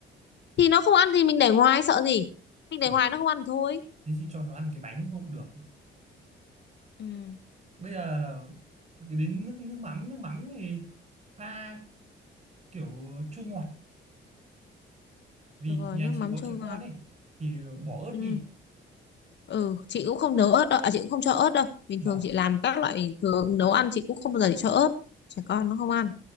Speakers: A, on the left; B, on the right.
A: Thì nó không ăn thì mình để ngoài, sợ gì? Mình để
B: Ừ.
A: ngoài nó không ăn thì thôi.
B: Thế thì cho nó ăn cái bánh không cũng được.
A: Ừ,
B: Bây giờ là, là cái đến nước nước mắm, nước mắm thì pha kiểu chua ngọt vì
A: được rồi,
B: nhà
A: nước
B: chị
A: mắm
B: có
A: chua
B: trẻ con
A: ngọt.
B: ấy thì bỏ ớt
A: Ừ,
B: đi.
A: ừ, chị cũng không nấu ớt đâu, à, chị cũng không cho ớt đâu. Bình
B: Vâng,
A: thường chị làm các loại thường nấu ăn chị cũng không bao giờ chị cho ớt. Trẻ con nó không ăn.